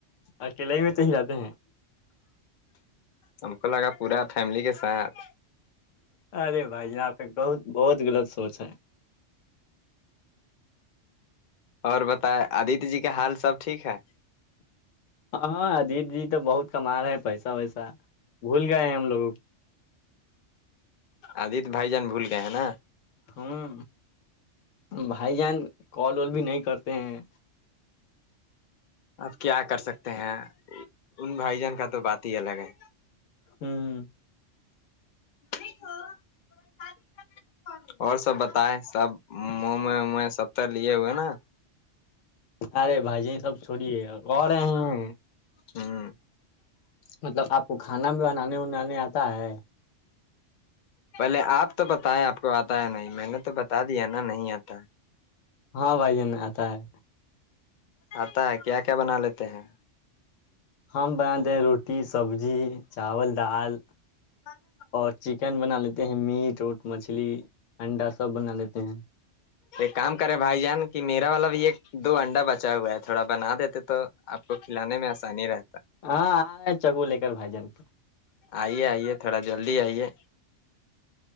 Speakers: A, on the left (about 85°); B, on the left (about 50°).
A: اکیلے ہی میں تو ہی رہاتتے ہیں
B: ہم کو لگا پورا فیملی کے ساتھ
A: ارے بھائی ج آپ کا بہت بہت غلط سوچ ہے
B: اور بتائے آدت جی کا حال سب ٹھیک ہے
A: ہاں اجیت جی تو بہت کما رہے ہیں پیسہ ویسا بھول گئے ہیں ہم لوگ
B: آدت بھائی جان بھول کےئے ہیں نا
A: ہاں بھائی جان کال وال بھی نہیں کرتے ہیں
B: آپ کیا کر سکتے ہیں ان بھائی جان کا تو بات ہی الگ ہے
A: ہوں
B: <inaudible> اور سب بتائے سب موم سب تو لیے ہوئے نا
A: ارے بھائی سب چوڑیے اور رہے ہیں
B: ہوں
A: مطلب آپ کو کھانا بھی بنانے انانے آتا ہے
B: پہلے آپ تو بتائے آپ کو آتا ہے نہیں میں نے تو بتا دیا نا نہیں آتا ہے
A: ہاں بھائی جن آتا ہے
B: آتا ہے کیا کیا بنا لیتے ہیں
A: ہم بناتے ہیں روٹی سبزی چاول دال
B: ک پ <unintelligible>
A: اور چکن بنا لیتے ہیں میٹ اٹ مچھلی انڈا سب بنا لیتے ہیں
B: ایک کام کرے بھائی جان کہ میرا والا بھی ایک دو انڈا بچا ہوا ہے تھوڑا بنا دیتے تو آپ کو کھلانے میں آسانی رہتا
A: ہاں آ رہ ہے چکو لے کر بھائی جان کو
B: آئیے آئیے تھوڑا جلدی آئیے